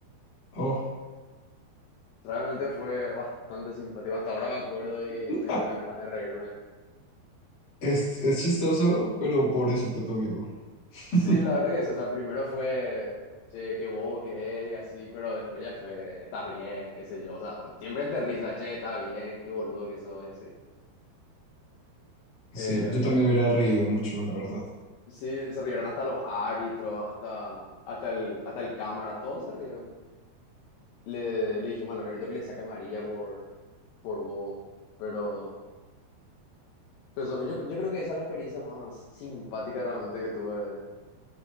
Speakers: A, on the left; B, on the left.
A: oh,
B: Realmente fue bastante simpático. Hasta ahora me acuerdo y
A: <laughs>
B: me entran ganas de reírme.
A: es, es chistoso, pero pobrecito tu amigo. <laughs>
B: Sí, la verdad que sí. O sea, primero fue, che, qué bobo que es y así, pero después ya fue, estás bien, qué sé yo. O sea, siempre entre risa, che, estás bien, qué boludo que sos y así.
A: Sí,
B: Eh,
A: yo también me hubiera reído mucho, la verdad.
B: Sí, se rieron hasta los árbitros, hasta, hasta el, hasta el cámara, todos se rieron. Le, le dijimos al árbitro que le saca amarilla por, por bobo, pero, pero eso, yo, yo creo que esa es la experiencia más simpática realmente que tuve